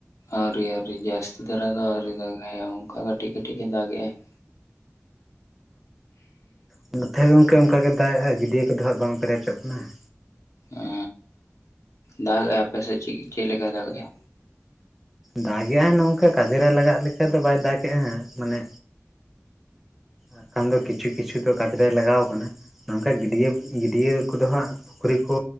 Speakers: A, on the left (about 75°); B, in the centre.
A: ᱟᱹᱣᱨᱤ ᱟᱹᱣᱨᱤ ᱡᱟᱹᱥᱛᱤ ᱫᱷᱟᱨᱟ ᱫᱚ ᱟᱹᱣᱨᱤ ᱫᱟᱜᱼᱟᱭ ᱚᱝᱠᱟ ᱠᱟᱹᱴᱤᱡ ᱠᱟᱹᱴᱤᱡ ᱜᱮ ᱫᱟᱜ ᱮᱜᱼᱟᱭ ᱾
B: ᱚ ᱱᱚᱛᱮ ᱦᱚᱸ ᱜᱚᱝᱠᱮ ᱚᱱᱠᱟ ᱜᱮ ᱫᱟᱜᱮᱜᱼᱟᱭ ᱜᱟᱹᱰᱭᱟᱹ ᱠᱚᱫᱚ ᱦᱟᱸᱜ ᱵᱟᱝ ᱯᱮᱨᱮᱪᱚᱜ ᱠᱟᱱᱟ ᱾
A: ᱟᱻ ᱫᱟᱜᱮᱜᱼᱟᱭ ᱟᱯᱮᱥᱮᱪ ᱪᱮᱜ ᱪᱮᱫ ᱞᱮᱠᱟᱭ ᱫᱟᱜᱮᱜᱼᱟ?
B: ᱫᱟᱜᱮᱜᱼᱟᱭ ᱱᱚᱝᱠᱟ ᱠᱟᱡᱮᱨᱮ ᱞᱟᱜᱟᱜ ᱞᱮᱠᱟ ᱫᱚ ᱵᱟᱭ ᱫᱟᱜᱮᱜᱼᱟ ᱦᱟᱸᱜ ᱢᱟᱱᱮ ᱟᱠᱷᱟᱱ ᱫᱚ ᱠᱤᱪᱷᱩ ᱠᱤᱪᱷᱩ ᱫᱚ ᱠᱟᱡᱽᱨᱮ ᱞᱟᱜᱟᱣ ᱠᱟᱱᱟ ᱾ ᱱᱚᱝᱠᱟ ᱜᱟᱹᱰᱭᱟᱹ ᱜᱟᱹᱰᱭᱟᱹ ᱠᱚᱫᱚ ᱦᱟᱸᱜ ᱯᱩᱠᱷᱨᱤ ᱠᱚ